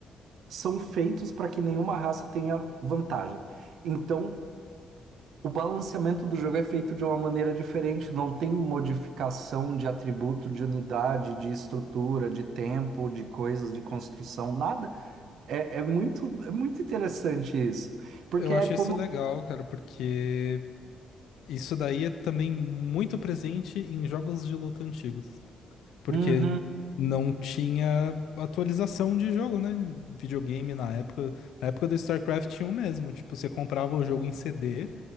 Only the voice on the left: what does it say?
eu
acho
isso legal, cara, porque isso daí é também muito presente em jogos de luta antigos. Porque
não tinha atualização de jogo, né? Videogame na época, na época do StarCraft 1 mesmo, tipo, você comprava o jogo em CD,